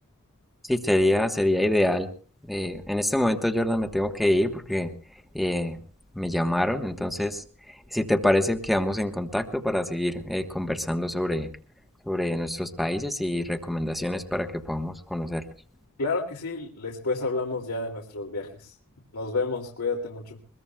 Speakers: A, in the centre; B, on the left.
A: Sí, sería, sería ideal. Eh, en este momento, Jordan, me tengo que ir porque eh, me llamaron. Entonces, si te parece, quedamos en contacto para seguir eh, conversando sobre, sobre nuestros países y recomendaciones para que podamos conocerlos.
B: Claro que sí, después hablamos ya de nuestros viajes. Nos vemos, cuídate mucho.